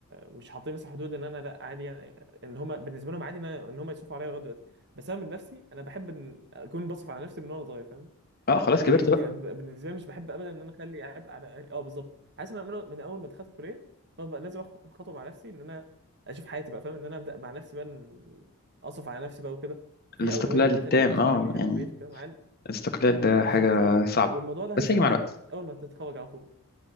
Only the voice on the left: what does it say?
اه خلاص
كبرت
بقى
الاستقلال
التام
اه
يعني
الاستقلال ده
حاجة
صعبة
بس
هيجي مع
الوقت